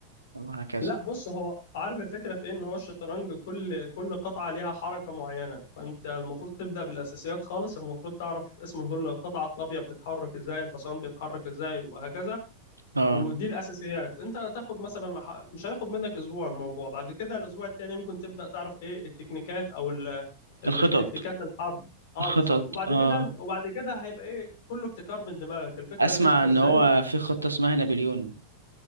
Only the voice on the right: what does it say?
او هكذا
اه
الخطط
الخطط
اه
اسمع
ان هو في خطة اسمها نابليون